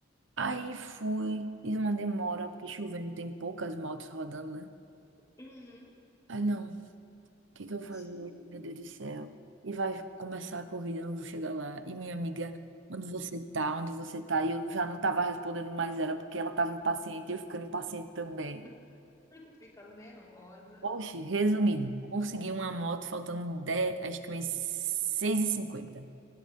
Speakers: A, on the right; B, on the left.
A: Aí fui, e uma demora, porque chovendo tem poucas motos rodando, né?
B: uhum.
A: Ai, não, o que que eu vou fazer
B: Xiii.
A: hoje? Meu Deus do céu. E vai começar a corrida, eu não vou chegar lá. E minha amiga, onde você tá? Onde você tá? E eu já não tava respondendo mais ela, porque ela tava impaciente, e eu ficando impaciente também.
B: <laughs> Ficando nervosa.
A: Oxe, resumindo, consegui uma moto faltando 10, acho que umas seis e cinquenta.